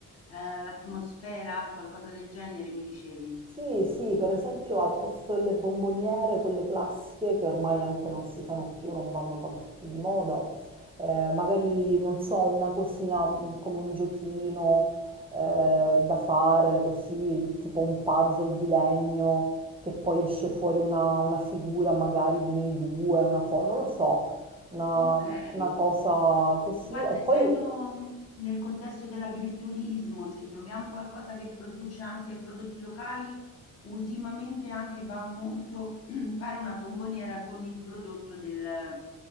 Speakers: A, on the left (about 45°); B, on the right (about 15°).
A: ehm, l'atmosfera? Qualcosa del genere mi dicevi?
B: Sì, sì, per esempio al posto delle bomboniere, quelle classiche che ormai anche non si usano più, non vanno tanto più di moda, eh, magari non so, una cosina mh, come un giochino eh, da fare così, tipo un puzzle di legno che poi esce fuori una, una figura magari di noi due, una foto, non lo so, una,
A: Okay.
B: una cosa così
A: Guarda,
B: e poi
A: essendo mh, nel contesto dell'agriturismo, se troviamo qualcosa che produce anche prodotti locali, ultimamente anche va molto <clears throat> fare una bomboniera con il prodotto del,